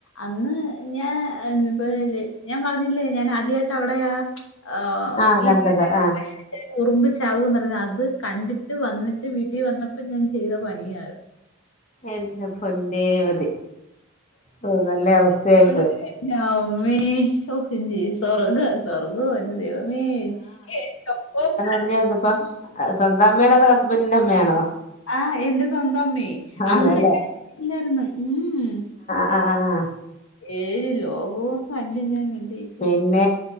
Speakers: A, on the left; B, on the left.
A: അന്ന് ഞാ എന്ന്പ്പോ ഞാൻ പർഞ്ഞില്ലേ ഞാൻ ആദ്യായിട്ട അവിടെ ആഹ്
B: ആ
A: ഈ
B: കണ്ടത്
A: പാറ്റെടെ
B: ആ
A: സ്പ്രേ ഉറുമ്പ്ച്ചാവുംന്ന് അത് കണ്ടിട്ട് വന്നിട്ട് വീട്ടി വന്നപ്പോ ഞാൻ ചെയ്ത പണിയ
B: എന്റെ പൊന്നേവതി ഓ നല്ല അവസ്ഥയായി
A: അന്നേരോടെ
B: പോയി.
A: എന്റെ അമ്മേ ഓ ജി സ്വർഗ സ്വർ ഓ എന്റെ ദൈവമേ' ' <inaudible>
B: ' <unintelligible> സ്വന്തം അമ്മേണോ അതോ ഹസ്ബന്റിന്റെ അമ്മേണോ?
A: ആഹ് എന്റെ സ്വന്തം അമ്മേ അന്ന്
B: അതെല്ലേ
A: കല്ല്യാണം കഴിഞ്ഞില്ലായിരുന്നു ഉം ഉം..
B: ആഹ് ആഹ്.
A: ഏഴ് ലോകവും കണ്ട് ഞാൻ എന്റെ ഈശ്വ
B: പിന്നെ